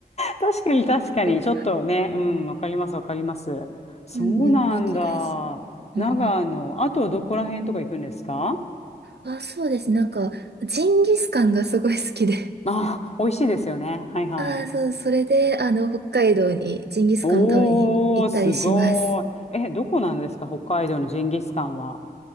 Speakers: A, on the left; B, on the right.
A: 確かに確かに、
B: そう。
A: ちょっとね、うん、わかりますわかります。そうなんだ。
B: うんうん、雪大事。
A: 長野、
B: うんうん
A: あとどこら辺とか行くんですか
B: あ、そうです。なんか、ジンギスカンがすごい好きで。
A: あ、美味しいですよね。はいはい。
B: ああ、そう、それで、あの、北海道にジンギスカン食べに行ったりします。
A: おー、すごい。え、どこなんですか北海道のジンギスカンは。